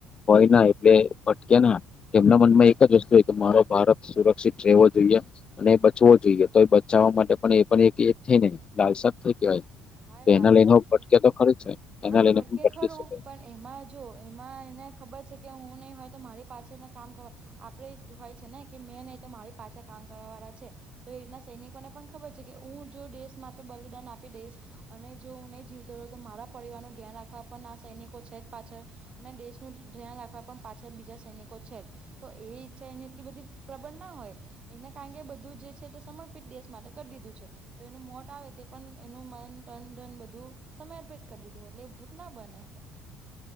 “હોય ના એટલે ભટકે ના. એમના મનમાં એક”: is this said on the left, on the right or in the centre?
Left